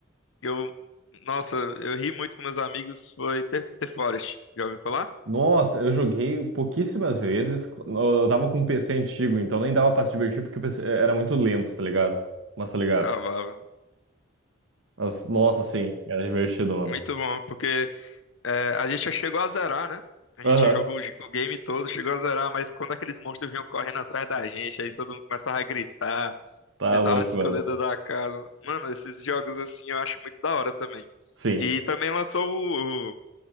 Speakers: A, on the left; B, on the right.
A: que eu. Nossa, eu ri muito com meus amigos, foi The, The Forest. Já ouviu falar?
B: Nossa, eu joguei pouquíssimas vezes. Eu eu tava com um PC antigo, então nem dava pra se divertir porque o PC era muito lento, tá ligado? Mas tá ligado?
A: Travava, né?
B: Mas, nossa, sim, era divertido, mano.
A: Muito bom, porque é, a gente já chegou a zerar, né? A
B: Aham.
A: gente jogou o, j- o game todo, chegou a zerar, mas quando aqueles monstros vinham correndo atrás da gente, aí todo mundo começava a gritar,
B: Tá
A: tentava
B: louco,
A: se esconder
B: mano.
A: dentro da casa. Mano, esses jogos assim eu acho muito da hora também.
B: Sim.
A: E também lançou o, o,